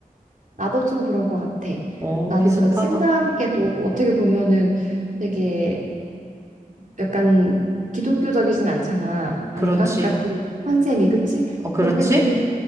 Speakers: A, on the right (about 60°); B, on the right (about 20°).
A: 나도 좀 그런 것 같아.
B: 어,
A: 나는
B: 비슷하다.
A: 그래서 친구와 함께도 어떻게 보면은 되게 약간 기독교적이진 않잖아. 아닌가?
B: 그렇지.
A: 그러니까 그 컨셉이 그치?
B: 어, 그렇지?
A: 근데 되게